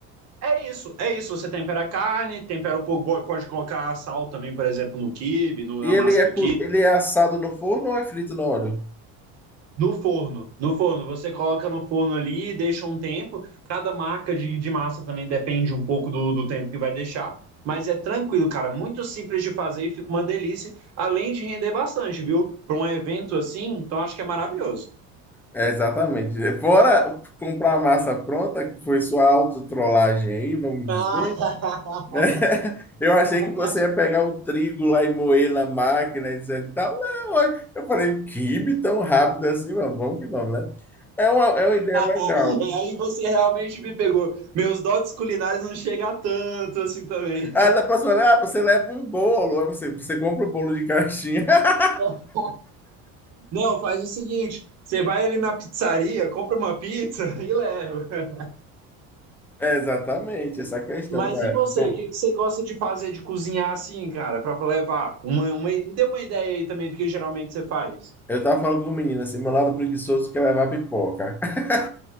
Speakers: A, on the right; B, in the centre.
A: É isso, é isso. Você tempera a carne, tempera um pouco, bo- pode colocar sal também, por exemplo, no quibe, no-
B: E
A: na
B: ele
A: massa
B: é,
A: do
B: cu-
A: quibe.
B: ele é assado no forno ou é frito no óleo?
A: No forno, no forno, você coloca no forno ali, deixa um tempo. Cada marca de, de massa também depende um pouco do, do tempo que vai deixar, mas é tranquilo, cara. Muito simples de fazer e fica uma delícia, além de render bastante, viu? Para um evento assim, então acho que é maravilhoso.
B: É, exatamente. Fora comprar a massa pronta, que foi sua autotrollagem aí, vamos
A: <laughs>
B: dizer, né? <laughs> Eu achei que você
A: Ah,
B: ia pegar o trigo lá e moer na máquina, etc e tal. Não, olha, eu falei, quibe tão rápido assim, mas vamos que vamos, né? É uma, é uma ideia legal.
A: <laughs> É, Aí você realmente me pegou. Meus dotes culinários não chegam a tanto assim também.
B: Aí na próxima, ah, você leva um bolo, aí você, você compra o bolo de caixinha. <laughs>
A: <laughs> Não, faz o seguinte: você vai ali na pizzaria, compra uma pizza <laughs> e leva.
B: É exatamente, essa questão,
A: Mas
B: né?
A: e você?
B: Eu
A: O que que você gosta de fazer, de cozinhar assim, cara, pra levar? Uma, uma- me dê uma ideia aí também do que geralmente você faz.
B: eu tava falando com o menino assim, meu lado preguiçoso quer levar pipoca. <laughs>